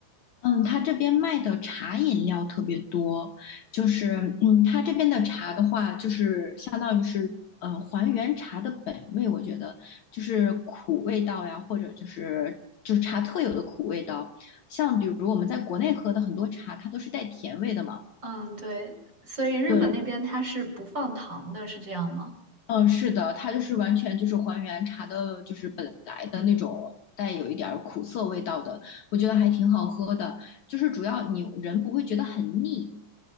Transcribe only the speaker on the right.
嗯，对，所以日本那边它是不放糖的，
是这样吗？